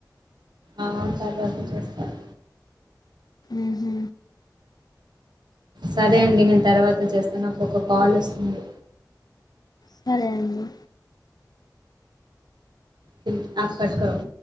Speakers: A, on the right (about 80°); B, on the left (about 65°).
A: ఆ తర్వాదు చేస్తారు.
B: ఉహ,
A: సరే అండి నేను తర్వాత చేస్తా నాకు ఒక కాల్ వస్తుంది.
B: సరే అండి,
A: తె ఆఫ కట్కటం.